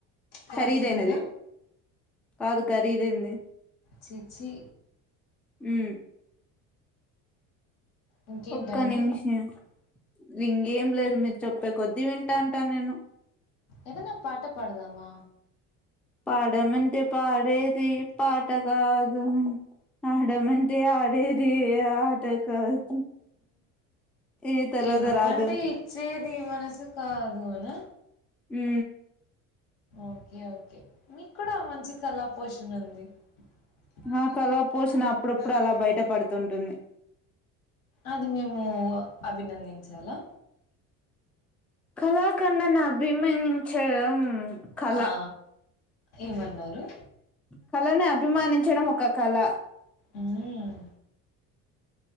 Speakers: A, on the left; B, in the centre.
A: కాస్ట్లీనా
B: ఖరీదైనది కాదు ఖరీదైంది.
A: చీచి
B: ఊ
A: ఇంకేంటండి
B: ఒక్క నిమిషం ఇంగేం లేదు మీర్ చెప్పే కొద్ది వింటాంటా నేను
A: ఏదన్నా పాట పాడదమా!
B: పాడమంటే పాడేది పాట కాదు. ఆడమంటే ఆడేది ఆట కాదు. ఈ తర్వాత
A: ఇవ్వమ్మంటే
B: రాదు
A: ఇచ్చే మనసు కాదు అనా
B: ఉ
A: ఓకే ఓకే మీకు కూడా మంచి కళా పోషణ ఉంది క
B: నాకు అలా
A: పోషణ
B: పోసిన
A: అప్పుప్పుడు
B: అప్పుడప్పుడు
A: అలా బయప
B: బయట పడుతుంటుంది
A: అది మేము అభినందించాలా
B: కళాఖండన్ని అభిమానించడం కళ
A: ఆ! ఏమన్నారు
B: కళని అభిమానించడం ఒక కళ
A: హ్మ్.